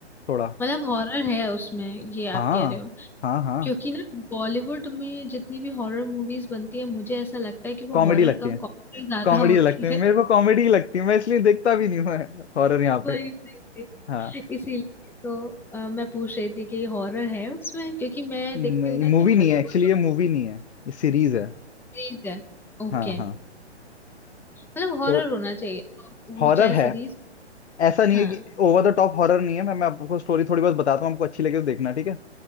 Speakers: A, on the left (about 70°); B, in the centre.
A: थोड़ा
B: मतलब हॉरर है उसमें ये आप
A: हाँ
B: कह रहे हो
A: हाँ हाँ
B: क्योंकि ना बॉलीवुड में जितनी भी हॉरर मूवीज बनती है मुझे ऐसा लगता है कि वो
A: कॉमेडी
B: हॉरर
A: लगती
B: कम
A: है
B: कॉमेडी ज्यादा
A: कॉमेडी
B: होती
A: लगती है
B: है
A: मेरे को कॉमेडी लगती है मैं इसलिए देखता भी नहीं हूँ हॉरर
B: <laughs>
A: यहाँ
B: वही
A: पे
B: वही वही।
A: हाँ
B: इसीलिए तो अ, मैं पूछ रही थी कि हॉरर है उसमें क्योंकि मैं
A: नहीं
B: देखती हूँ ना कि
A: मूवी
B: हॉलीवुड
A: नहीं है एक्चुअली
B: जो
A: ये मूवी नहीं है ये सीरीज है
B: सीरीज है ओके
A: हाँ हाँ
B: मतलब हॉरर
A: तो
B: होना चाहिए तो वो
A: हॉरर
B: चाहे सीरीज
A: है ऐसा नहीं
B: हाँ
A: है कि ओवर द टॉप हॉरर नहीं है मैं मैं आपको स्टोरी थोड़ी बहुत बताता हूँ आपको अच्छी लगे तो देखना ठीक है